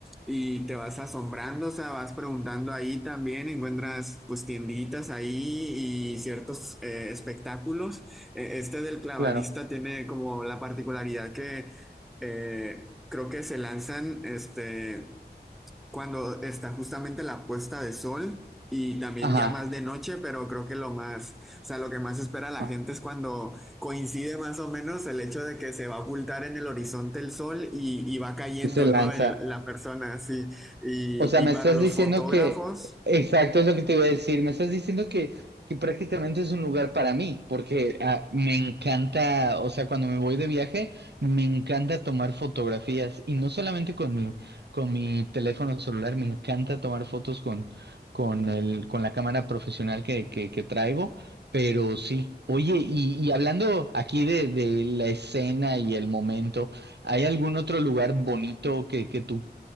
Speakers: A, in the centre; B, on the right.
A: y te vas asombrando, o sea, vas preguntando ahí también, encuentras pues tienditas ahí y ciertos eh, espectáculos. Eh, Este del clavadista
B: claro.
A: tiene como la particularidad que eh, creo que se lanzan este, cuando está justamente la puesta de sol y también
B: Ajá,
A: ya más de noche, pero creo que lo más, o sea, lo que más espera la
B: ah,
A: gente es cuando coincide más o menos el hecho de que se va a ocultar en el horizonte el sol y, y va cayendo,
B: y se lanza.
A: ¿no? El- la persona, sí. Y,
B: O sea, me
A: y para
B: estás
A: los
B: diciendo
A: fotógrafos.
B: que, exacto, es lo que te iba a decir, me estás diciendo que, que prácticamente es un lugar para mí, porque ah, me encanta, o sea, cuando me voy de viaje, me encanta tomar fotografías, y no solamente con mi, con mi teléfono celular, me encanta tomar fotos con, con el, con la cámara profesional que, que, que traigo, pero sí. Oye, y, y hablando aquí de, de la escena y el momento, ¿hay algún otro lugar bonito que, que tú